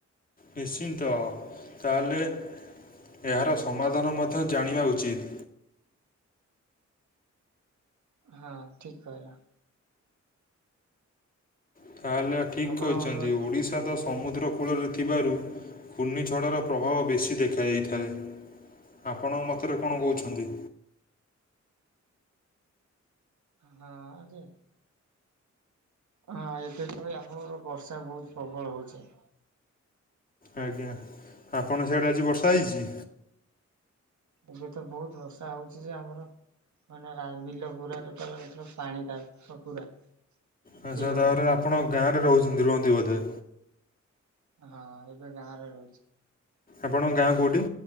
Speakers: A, on the left; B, on the right.
A: ନିଶ୍ଚିନ୍ତ ତାହେଲେ ଏହାର ସମାଧାନ ମଧ୍ୟ ଜାଣିବା ଉଚିତ୍,
B: ହଁ ଠିକ୍ କହିଲ,
A: ତାହେଲେ ଠିକ୍
B: ଆପଣ
A: କହୁଛନ୍ତି
B: ଅନୁଭୂତି
A: ଓଡ଼ିଶ୍ <unintelligible> ସମୁଦ୍ର କୂଳରେ ଥିବାରୁ ଘୂର୍ଣ୍ଣିଝଡ଼ର ପ୍ରଭାବ ବେଶୀ ଦେଖାଯାଇଥାଏ, ଆପଣ ମତରେ କଣ କହୁଛନ୍ତି?
B: ହାଁ ଯେ, ହଁ ଏବେ ତ ଆମର ବର୍ଷା ବହୁତ୍ ପ୍ରବଳ ହଉଛି,
A: ଆଜ୍ଞା ଆପଣ ସେଆଡ଼େ ଆଜି ବର୍ଷା ହେଇଛି?
B: ଏବେତ ବହୁତ୍ ବର୍ଷା ହଉଛି ଯେ ଆମର, <unintelligible>
A: ହଁ-ହଁ
B: ବିଲ ଭରି।
A: <unintelligible> ଆପଣ ଗାଁରେ ରହୁଛନ୍ତି ରୁହନ୍ତି ବୋଧେ?
B: ହଁ ଏବେ ଗାଁ ରେ ରହୁଛି।
A: ଆପଣଙ୍କ ଗାଁ କୋଉଁଠି?